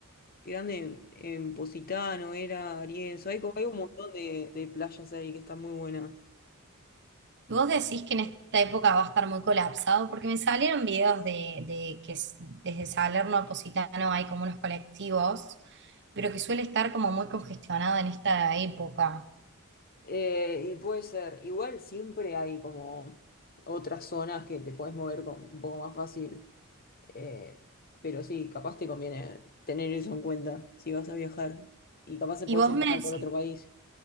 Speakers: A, on the left; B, on the right.
A: grande en Positano, era Arienzo. Hay, como, hay un montón de, de playas ahí que están muy buenas.
B: ¿Vos decís que en esta época va a estar muy colapsado? Porque me salieron videos de, de que s- desde Salerno a Positano hay como unos colectivos, pero que suele estar como muy congestionado en esta época.
A: Eh, y puede ser, igual siempre hay como otras zonas que te puedes mover con, un poco más fácil, eh, pero sí, capaz te conviene tener eso en cuenta si vas a viajar. Y capaz te
B: Y
A: puedes
B: vos
A: empezar
B: me decís,
A: por otro país.